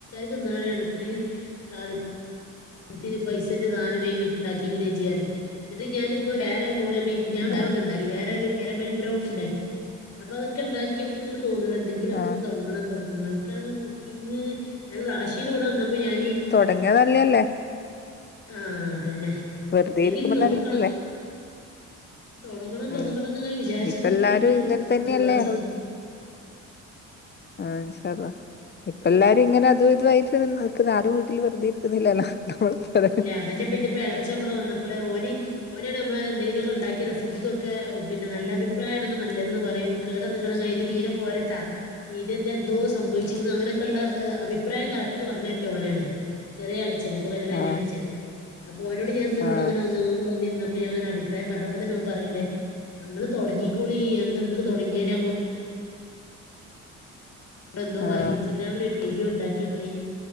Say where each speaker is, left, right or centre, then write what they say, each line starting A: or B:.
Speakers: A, on the left; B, on the left.
A: തിന്നാനാണ് ഇത്രയും സാധ്യത എന്നിട്ട്പൈസന്റെ സാധനം വാങ്ങിട്ട് ഉണ്ടാക്കിക്ക്ണ് ജ് പറഞ്ഞ് എന്നിട്ട് ഞാനിപ്പം ഒരു വേറെരും മിഞ്ഞാന് വേറൊന്നു
B: ആ
A: ഉണ്ടാക്കി വേറെ ഒരു കാരമൽ ബ്രൗണി ഉണ്ടാക്കി അപ്പൊ അതൊക്കെ ഉണ്ടാക്കി നിക്ക് തോന്നൂ എന്തെിലൊക്കെ
B: ആ
A: ഒന്ന് തുടങ്ങണം തുടങ്ങണമെന്ന്. എനിക്കാണെങ്കിൽ കുക്കിംഗ് ന്നാള് റാശീന്റെ കൂടെ വന്നപ്പോ ഞാന്
B: തുടങ്ങിയാ നല്ലതല്ലേ?
A: ആഹ് അത് തന്നെ
B: വെറുതെ
A: എന്തെങ്കിലും
B: ഇരിക്കുമ്പോ
A: നോക്കണം
B: നല്ലയല്ലേ
A: തൊടങ്ങണം തൊടങ്ങണം
B: ഉം
A: എന്ന് ഇങ്ങനെ വിചാരിച്ച്
B: ഇപ്പൊ
A: നിക്കണുണ്ട്.
B: എല്ലാരും ഇങ്ങനെ
A: പക്ഷെ നിങ്ങള്
B: തന്നെയല്ലേ
A: ദുവാ ചെയ്യ്.
B: ആഹ് ഇൻഷാ അള്ളാ ഇപ്പ എല്ലാരും ഇങ്ങനെ അതു ഇതുവായിട്ട് നിക്കുന്നത് ആരും വീട്ടില് വെറുതെ ഇരിക്കുന്നില്ലല്ലോ നമ്മള് പറ
A: ഇല്ല അതെന്നെ പിന്നെ ഇപ്പം ഇളച്ചൻ ഇവിടെ വന്നപ്പോളേ ഓന് ഓനെയാണ് നമ്മള് എന്തെങ്കുമൊക്കെ ഓൻ നമ്മളെ ഉണ്ടാക്കിയ റെസിപ്പിക്കൊക്കെ പിന്നെ നല്ല അഭിപ്രായമാണെങ്കിൽ നല്ല തെന്ന് പറയും കേട നിക്കണ ഇത് തീരെ പോരാട്ടോ ഇതെന്താ എന്തോ സംഭവിച്ചിരുന്നു അങ്ങനെയൊക്കെയുള്ള അഭിപ്രായം കറക്റ്റ് പറഞ്ഞു തരല് ഓനാണ്. ചെറിയ എളച്ചേന് ഇപ്പ കല്യാണം കഴിഞ്ഞതേഉള്ളുച്ചന്
B: ആഹ്
A: അപ്പൊ ഓനോട് ഇവിടെ
B: ആഹ്
A: വന്നു അപ്പം ഞാങ്ങനെ അഭിപ്രായം പറഞ്ഞപ്പോ തന്നെ അവൻ പറയ്ണ്ട് ഇങ്ങള് തുടങ്ങിക്കോളി എന്താ നിങ്ങൾക്ക് തുടങ്ങിയാല് അങ്ങോട്ട് ഇങ്ങളെന്നോ പറിം
B: ആഹ്
A: ഇൻസ്റ്റാഗ്രാമിൽ ഒരു പേജ് ഉണ്ടാക്കിയിട്ടാല്